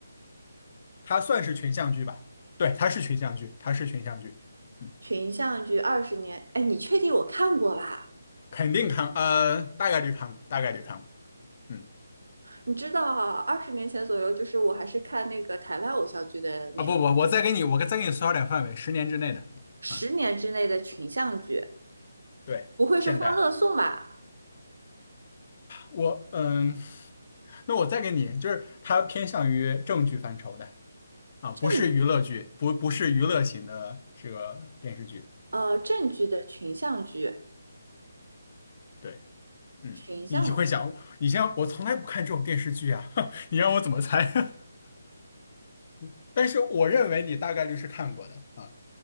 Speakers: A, on the left; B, on the right.
A: 它算是群像剧吧，对，它是群像剧，它是群像剧，嗯，
B: 群像剧二十年，哎，你确定我看过吧？
A: 肯定看，呃，大概率看过，大概率看过，嗯。
B: 你知道啊，二十年前左右，就是我还是看那个台湾偶像剧的年，
A: 啊，不不，我再给你，我再给你缩小点范围，十年之内的。
B: 十年之内的群像剧，
A: 嗯，对，
B: 不会是《欢乐颂》吧？
A: 现代，我嗯，那我再给你，就是它偏向于正剧范畴的啊，
B: 正剧，
A: 不是娱乐剧，不不是娱乐型的这个电视剧。
B: 呃，正剧的群像剧，
A: 对，嗯，
B: 群像
A: 你就会想，你像我从来不看这种电视剧啊，<laughs> 你让我怎么猜？<laughs> 但是我认为你大概率是看过的啊，